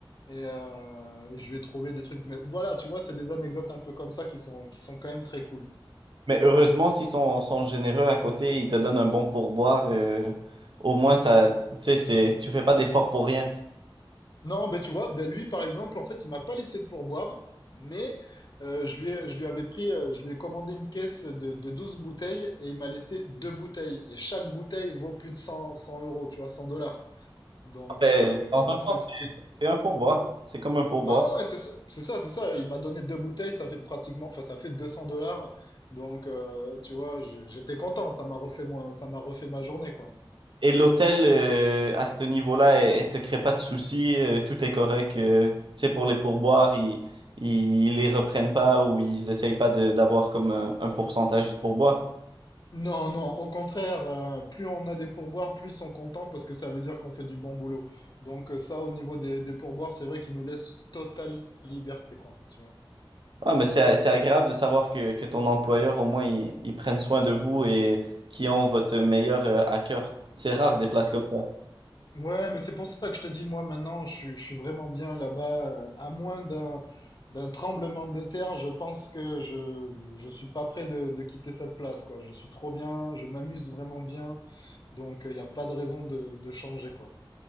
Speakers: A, on the left (about 50°); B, on the right (about 60°).
A: et, euh, et je lui ai trouvé des trucs. Mais voilà, tu vois, c'est des anecdotes un peu comme ça qui sont, qui sont quand même très cool.
B: Mais heureusement, s'ils sont, sont généreux à côté, ils te donnent un bon pourboire. euh, au moins, ça, tu sais, c'est, tu fais pas d'effort pour rien.
A: Non, ben tu vois, ben lui par exemple, en fait, il m'a pas laissé de pourboire, mais euh, je lui ai- je lui avais pris, euh, je lui ai commandé une caisse de, de 12 bouteilles et il m'a laissé deux bouteilles. Et chaque bouteille vaut plus de cent cent euros, tu vois, 100 dollars. Donc,
B: Ah, Ben,
A: euh,
B: dans
A: donc
B: un sens,
A: c'est, c'est...
B: c'est c'est un pourboire. C'est comme un pourboire.
A: Ouais, ouais, ouais, c'est ça, c'est ça, c'est ça. Il m'a donné deux bouteilles, ça fait pratiquement, enfin, ça fait 200 dollars. Donc, euh, tu vois, j'- j'étais content, ça m'a refait, mon, ça m'a refait ma journée, quoi.
B: Et l'hôtel euh, à ce niveau-là, elle, elle te crée pas de soucis, euh, tout est correct. euh, tu sais, pour les pourboires, ils, ils, ils les reprennent pas ou ils essayent pas de- d'avoir comme un, un pourcentage du pourboire.
A: Non, non, au contraire, euh, plus on a des pourboires, plus ils sont contents parce que ça veut dire qu'on fait du bon boulot. Donc euh, ça, au niveau des, des pourboires, c'est vrai qu'ils nous laissent totale liberté, quoi, tu vois.
B: Ah, mais c'est, c'est agréable de savoir que, que ton employeur, au moins, ils, ils prennent soin de vous et qui ont votre meilleur euh, à cœur. C'est rare des places comme ça.
A: Ouais, mais c'est pour ça que je te dis, moi, maintenant, je, suis- je suis vraiment bien là-bas. euh, À moins d'un d'un tremblement de terre, je pense que je je suis pas prêt de, de quitter cette place, quoi. Je suis trop bien, je m'amuse vraiment bien, donc il n'y a pas de raison de, de changer, quoi.